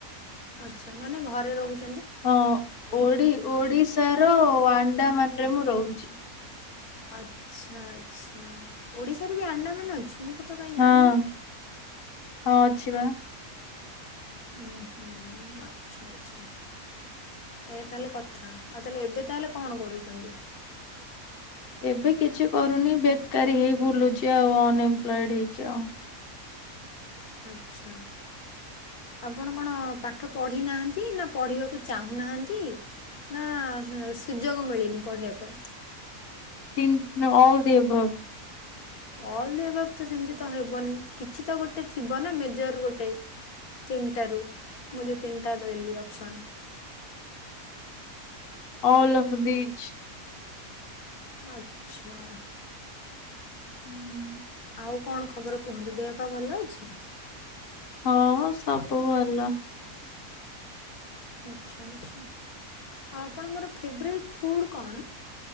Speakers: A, on the left; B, on the left.
A: ଆଚ୍ଛା। ମାନେ ଘରେ ରହୁଛି।
B: ହଁ ଓଡି ଓଡ଼ିଶାର ଆଣ୍ଡାମାନରେ ମୁଁ ରହୁଛି।
A: ଆଚ୍ଛା। ଆଚ୍ଛା। ଓଡ଼ିଶାରେ ବି ଆଣ୍ଡାମାନ ଅଛି। ମୁଁ କ ତ କାହିଁ
B: ହଁ
A: ଜାଣିନି।
B: ହଁ ଅଛି ବା।
A: ହୁଁ ହୁଁ ଆଚ୍ଛା। ଆଛା। ଏୟା ତାହେଲେ କଥା। ଆଉ ତାହେଲେ ଏବେ ତାହେଲେ କଣ କରୁଛନ୍ତି।
B: ଏବେ କିଛି କରୁନି ବେକାରୀ ହେଇ ବୁଲୁଛି ଆଉ ଅନଏମ୍ପ୍ଲଏଡ ହେଇକି ଆଉ।
A: ଆଛା। ଆପଣ କଣ ପାଠ ପାଠ ପଢି ନାହାନ୍ତି ନା ପଢିବାକୁ ଚାହୁଁନାହାନ୍ତି। ନା ଶୁ ସୁଯୋଗ ମିଳିନି ପଢିବା ପାଇଁ।
B: ତିନ ଅଲ ଦି ଏଭଵ।
A: ଅଲ୍ ଦି ଏଭବ ତ ସେମତି ତ ହେବନି। କିଛି ତ ଗୋଟେ ଥିବ ନା ମେଜର ଗୋଟେ। ତିନିଟା ରୁ। ମୁଁ ଯୋଉ ତିନିଟା ଦେଲି ଅପସନ୍।
B: All of beach.
A: ଆଚ୍ଛା।
B: ହୁଁ।
A: ଆଉ କଣ ଖବର କୁହନ୍ତୁ। ଦେହ ପା ଭଲ ଅଛି।
B: ହଁ ସବୁ ଭଲ।
A: ଆଚ୍ଛା ଆଚ୍ଛା ଆପଣଙ୍କର ଫେବ୍ରେଟ୍ ଫୁଡ଼୍ କଣ?